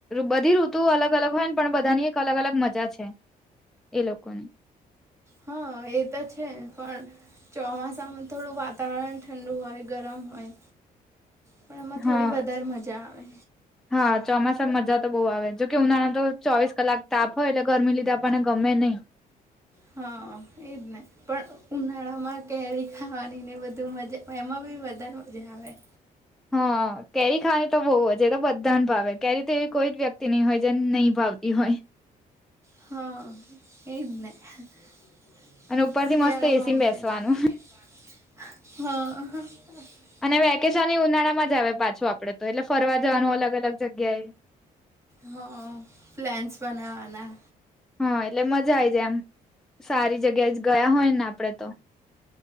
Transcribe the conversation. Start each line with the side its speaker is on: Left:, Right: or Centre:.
Centre: બધી ઋતુ અલગ અલગ હોય ને પણ બધાની એક અલગ અલગ મજા છે, એ લોકોની
Right: હા એ તો છે, પણ ચોમાસામાં થોડું વાતાવરણ ઠંડુ હોય ગરમ હોય પણ એમાં
Centre: હા
Right: થોડી વધારે મજા આવે
Centre: હા ચોમાસામાં મજા તો બો આવે જોકે ઉનાળામાં તો ચોવીસ કલાક તાપ હોય એટલે ગરમીને લીધે આપણને ગમે નહી.
Right: હહ એજ ને. પણ ઉનાળામાં કેરી ખાવાની ને એ બધું મજા એમાં બી વધારે મજા આવે.
Centre: હહ કેરી ખાવાની તો બહુ જ. એ તો બધાને ભાવે કેરી તો એવી કોઈ જ વ્યક્તિ નહી હોય જેને નહીં ભાવતી હોય.
Right: હહ એજ ને. શિયાળામાં
Centre: અને ઉપરથી મસ્ત એસીમાં બેસવાનું
Right: <inaudible> હહ
Centre: અને વેકેશને ઉનાળામાં જ આવે પાછું આપડે તો. એટલે ફરવા જવાનું અલગ અલગ જગ્યાએ.
Right: હહ પ્લેન્સ બનાવાના.
Centre: હા એટલે મજા આઈ જાય આમ. સારી જગ્યાએ જ ગયા હોય ને આપડે તો.